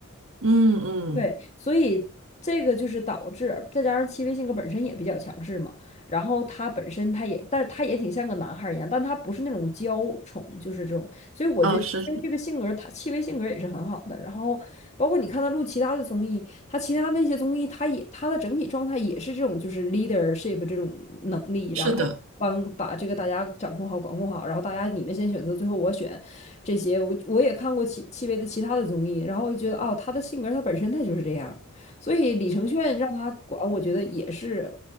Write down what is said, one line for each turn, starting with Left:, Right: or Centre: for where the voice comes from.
Right: 嗯嗯，
Left: 对，所以这个就是导致，再加上戚薇性格本身也比较强势嘛，然后他本身他也，但是他也挺像个男孩儿一样，但他不是那种娇宠，就是这种，所以我觉得戚薇这个性格，
Right: 啊，是是
Left: 他戚薇性格也是很好的。然后包括你看他录其他的综艺，他其他那些综艺，他也他的整体状态也是这种，就是 leadership 这种能力，然后帮把这个大家掌控好、
Right: 是的，
Left: 管控好，然后大家你们先选择，最后我选，这些，我我也看过戚戚薇的其他的综艺，然后我就觉得哦，她的性格她本身她就是这样，所以李承铉让她管，我觉得也是